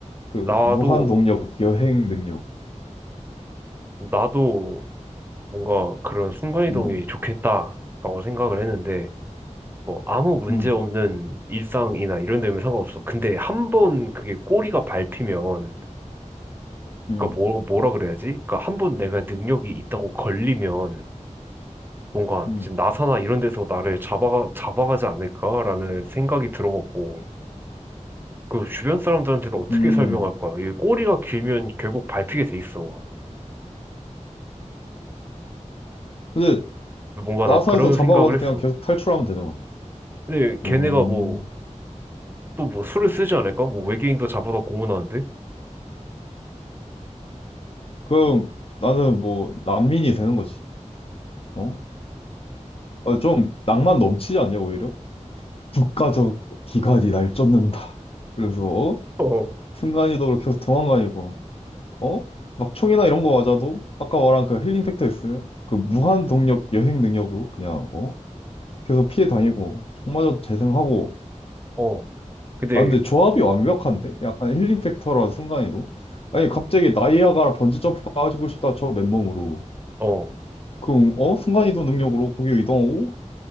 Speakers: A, on the left (about 50°); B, on the right (about 15°).
A: 그
B: 나도,
A: 무한 동력, 여행 능력.
B: 나도 뭔가 그런 순간이동이
A: 음,
B: 좋겠다. 라고 생각을 했는데, 뭐, 아무 문제
A: 음,
B: 없는 일상이나 이런 데면 상관없어. 근데 한 번 그게 꼬리가 밟히면,
A: 음,
B: 그니까 뭐, 뭐라 그래야지? 그니까 한 번 내가 능력이 있다고 걸리면, 뭔가
A: 음.
B: 지금 나사나 이런 데서 나를 잡아가, 잡아가지 않을까라는 생각이 들어갔고, 그 주변 사람들한테도 어떻게
A: 음.
B: 설명할 거야? 이 꼬리가 길면 결국 밟히게 돼 있어.
A: 근데
B: 뭔가
A: 나사에서
B: 나 그런
A: 잡아가도
B: 생각을 했어.
A: 그냥 계속 탈출하면 되잖아.
B: 근데 걔네가
A: 음.
B: 뭐, 또 뭐 수를 쓰지 않을까? 뭐 외계인도 잡아다 고문하는데?
A: 그럼 나는 뭐 난민이 되는 거지. 어? 어, 좀 낭만 넘치지 않냐, 오히려? 국가적 기관이 날 쫓는다. 그래서 어?
B: 어,
A: 순간이동으로 계속 도망다니고 어? 막 총이나 이런 거 맞아도 아까 말한 그 힐링 팩터 있으면 그 무한 동력 여행 능력으로 그냥 어? 계속 피해 다니고 총 맞아도 재생하고
B: 어, 근데,
A: 아, 근데 조합이 완벽한데? 약간 힐링 팩터라 순간이동? 아니, 갑자기 나이아가라 번지점프 가지고 싶다, 저 맨몸으로.
B: 어.
A: 그럼, 어? 순간이동 능력으로 거기 이동하고,